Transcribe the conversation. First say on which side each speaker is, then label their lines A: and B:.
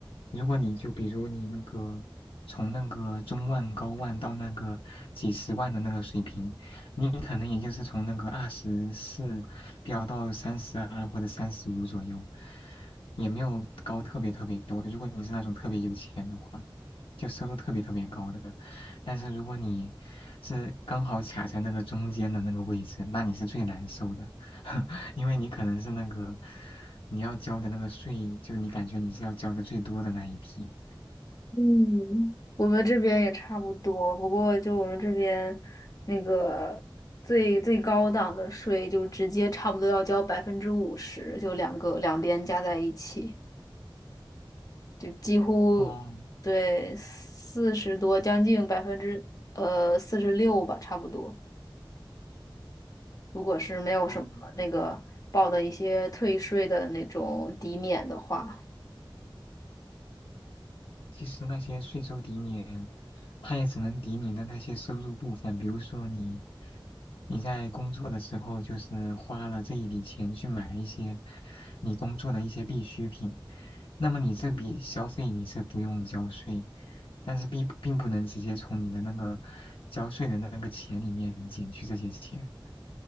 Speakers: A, on the left; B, on the left.
A: 如果你就比如你那个从那个中万、高万到那个几十万的那个水平，你可能也就是从那个二十四飙到三十二或者三十五左右，也没有高特别特别多。如果你是那种特别有钱的话。就收入特别特别高的。但是如果你是刚好卡在那个中间的那个位置，那你是最难受的，<laughs> 因为你可能是那个你要交的那个税，就你感觉你是要交的最多的那一批。
B: 嗯，我们这边也差不多，不过就我们这边那个最最高档的税，就直接差不多要交百分之五十，就两个两边加在一起，就几乎对四十多，
A: 哦，
B: 将近百分之呃四十六吧，差不多。如果是没有什么那个报的一些退税的那种抵免的话。
A: 哦，其实那些税收抵免，它也只能抵你的那些收入部分，比如说你你在工作的时候，就是花了这一笔钱去买一些你工作的一些必需品，那么你这笔消费你是不用交税，但是并并不能直接从你的那个交税的那个钱里面减去这些钱，